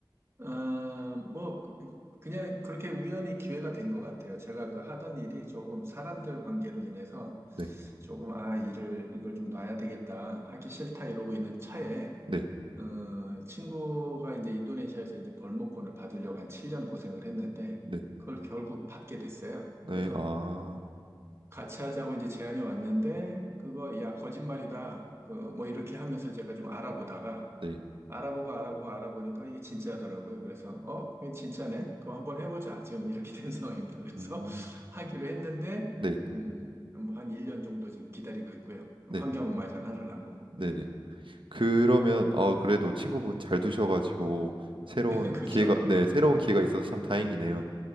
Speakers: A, on the right; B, on the right.
A: 아 뭐, 그- 그냥 그렇게 우연히 기회가 된 것 같아요. 제가 그 하던 일이 조금 사람들 관계로 인해서
B: 네,
A: 조금, 아, 일을, 이걸 좀 놔야 되겠다, 하기 싫다 이러고 있는 차에
B: 네,
A: 어, 친구가 이제 인도네시아에서 이제 벌목권을 받으려고 한 7년 고생을 했는데,
B: 네,
A: 그걸 결국 받게 됐어요.
B: 네,
A: 그래서
B: 아,
A: 같이 하자고 이제 제안이 왔는데, 그거, 야, 거짓말이다. 그, 뭐 이렇게 하면서 제가 좀 알아보다가,
B: 네,
A: 알아보고 알아보고 알아보니까 이게 진짜더라고요. 그래서, 어, 이게 진짜네? 그럼 한번 해보자. 지금 이렇게 된 <laughs> 상황입니다. 그래서
B: 음,
A: <laughs> 하기로 했는데,
B: 네,
A: 음, 뭐한 1년 정도 지금 기다리고 있고요. 환경
B: 네,
A: 마련하려고.
B: 네네.
A: 네.
B: 그러면 어 그래도 친구분 잘 두셔가지고 새로운
A: <laughs> 그렇죠.
B: 기회가 네 새로운 기회가 있어서 참 다행이네요.